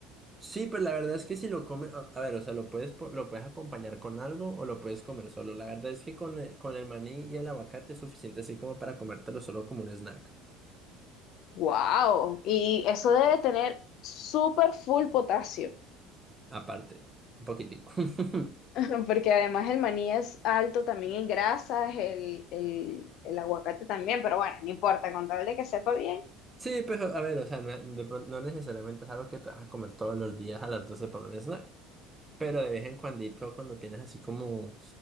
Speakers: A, on the right; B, on the left.
A: Sí, pues la verdad es que si lo comes, a, a ver, o sea, lo puedes, po- lo puedes acompañar con algo o lo puedes comer solo. La verdad es que con el, con el maní y el aguacate es suficiente así como para comértelo solo como un snack.
B: ¡Wow! Y eso debe tener súper full potasio,
A: Aparte, un poquitico. <laughs>
B: <laughs> porque además el maní es alto también en grasas, el, el, el aguacate también, pero bueno, no importa, con tal de que sepa bien.
A: Sí, pero a ver, o sea, no, de pron- no necesariamente es algo que te vas a comer todos los días a las 12 por un snack. Pero de vez en cuandito, cuando tienes así como